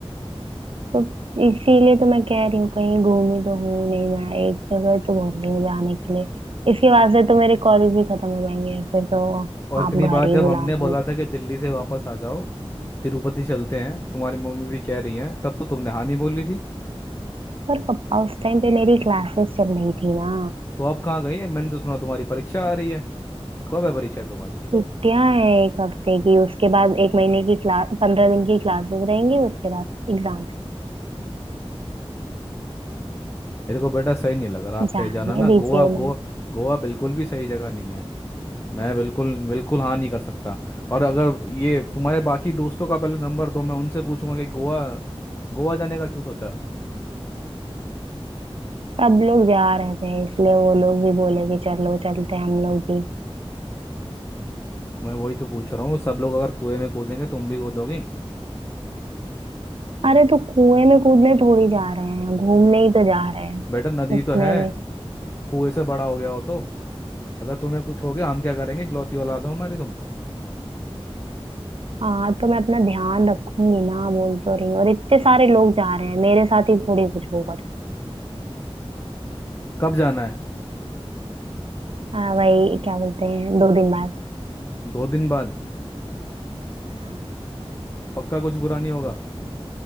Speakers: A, on the right (about 60°); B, on the left (about 25°).
A: तो इसीलिए तो मैं कह रही हूँ कहीं घूमी तो हूँ नहीं मैं एक जगह तो बोल रही हूँ जाने के लिए इसके बाद से तो मेरे कॉलेज भी खत्म हो जाएंगे फिर तो
B: और इतनी
A: आप घर
B: बात
A: ही
B: जब
A: बुला
B: हमने
A: लेंगे
B: बोला था कि दिल्ली से वापस आ जाओ तिरुपति चलते हैं तुम्हारी मम्मी भी कह रही है तब तो तुमने हाँ नहीं बोली थी
A: पर पापा उस टाइम पे मेरी क्लासेस चल रही थी ना
B: तो आप कहाँ गई मैंने तो सुना तुम्हारी परीक्षा आ रही है कब है परीक्षा तुम्हारी
A: छुट्टियां हैं एक हफ्ते की उसके बाद एक महीने की क्लास पंद्रह दिन की क्लासेस रहेंगी उसके बाद एग्जाम है
B: मेरे को बेटा सही नहीं लग रहा आप
A: जाने
B: कहे जाना ना गोवा
A: दीजिए
B: गोवा
A: ना
B: गोवा बिल्कुल भी सही जगह नहीं है मैं बिल्कुल बिल्कुल हाँ नहीं कर सकता और अगर ये तुम्हारे बाकी दोस्तों का पहले नंबर दो मैं उनसे पूछूंगा कि गोवा गोवा जाने का क्यों सोचा
A: सब लोग जा रहे थे इसलिए वो लोग भी बोले कि चलो चलते हैं हम लोग भी
B: मैं वही तो पूछ रहा हूँ सब लोग अगर कुएं में कूदेंगे तुम भी कूदोगी
A: अरे तो कुएं में कूदने थोड़ी जा रहे हैं घूमने ही तो जा रहे हैं
B: बेटा नदी
A: उसमें
B: तो है
A: भी
B: कुएं से बड़ा हो गया हो तो अगर तुम्हें कुछ हो गया हम क्या करेंगे इकलौती औलाद हो हमारी तुम
A: हाँ तो मैं अपना ध्यान रखूंगी ना बोल तो रही हूँ और इतने सारे लोग जा रहे हैं मेरे साथ ही थोड़ी कुछ होगा था।
B: कब जाना है
A: हाँ भाई क्या बोलते हैं दो दिन बाद
B: दो दिन बाद
A: हाँ
B: पक्का कुछ बुरा नहीं होगा